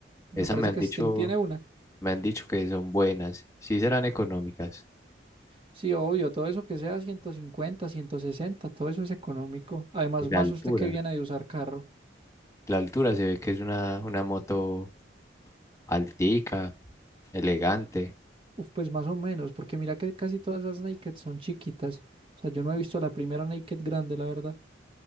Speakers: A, on the right; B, on the left.
A: Me
B: Esas
A: parece
B: me han
A: que
B: dicho,
A: Sting tiene una.
B: me han dicho que son buenas, sí serán económicas.
A: Sí, obvio, todo eso que sea ciento cincuenta, ciento sesenta, todo eso es económico. Además,
B: Y la
A: más
B: altura.
A: usted que viene de usar carro.
B: La altura se ve que es una, una moto altica, elegante.
A: Uf, pues más o menos, porque mira que casi todas esas Naked son chiquitas. O sea, yo no he visto la primera Naked grande, la verdad.